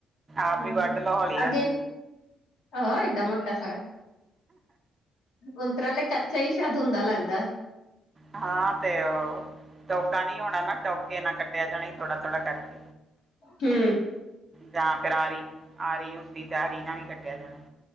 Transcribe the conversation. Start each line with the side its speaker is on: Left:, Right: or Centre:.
Right: ਆਪ
Left: ਹਾਂ!
Right: ਹੀ ਵੱਢ ਲਓ ਹੌਲੀ
Left: ਅੱਗੇ?
Right: ਹੌਲੀ
Left: ਆਹ! ਏਡਾ ਮੋਟਾ ਸਾਰਾ। ਉੰਤਰਾ ਤੇ ਕੱਚਾ ਹੀ ਸ਼ਾਇਦ ਹੁੰਦਾ ਲੱਗਦਾ।
Right: ਹਾਂ! ਤੇ ਉਹ ਟੋਕਾ ਨੀ ਹੋਣਾ ਨਾ, ਟੋਕੇ ਨਾਲ ਕੱਟਿਆ ਜਾਣਾ ਇ, ਥੋੜਾ ਥੋੜਾ ਕਰਕੇ।
Left: ਹੂੰ!
Right: ਜਾਂ ਫਿਰ ਆਰੀ- ਆਰੀ ਹੁੰਦੀ, ਤੇ ਆਰੀ ਨਾਲ ਵੀ ਕੱਟਿਆ ਜਾਣਾ।